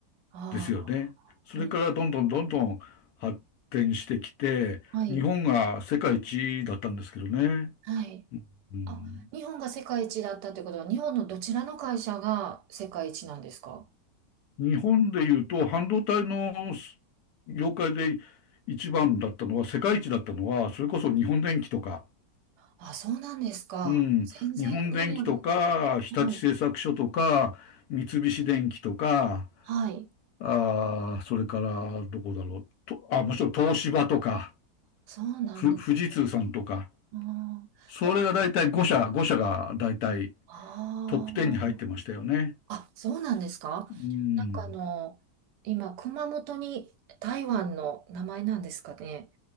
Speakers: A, on the right; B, on the left.
A: ああ。
B: ですよね。それからどんどんどんどん発展してきて、
A: うん。はい。
B: 日本が世界一だったんですけどね。
A: はい。
B: うん
A: あ、日本が世界一だったってことは、日本のどちらの会社が世界一なんですか
B: 日本で言うと、半導体の業界で一番だったのは、世界一だったのは、それこそ日本電機とか、
A: あ、そうなんですか。
B: うん、
A: 全然分野が。
B: 日本電機とか、日立製作所とか、
A: はい。
B: 三菱電機とか、
A: はい。
B: あーそれからどこだろう、とあ、もちろん東芝とか、
A: そうなんですか。
B: ふ富士通さんとか、
A: うん。まあ
B: それが大体5社、5社が大体
A: あー。
B: トップ10に入ってましたよね。
A: あ、そうなんですかなんかあの、
B: うん、
A: 今、熊本に台湾の名前なんですかね。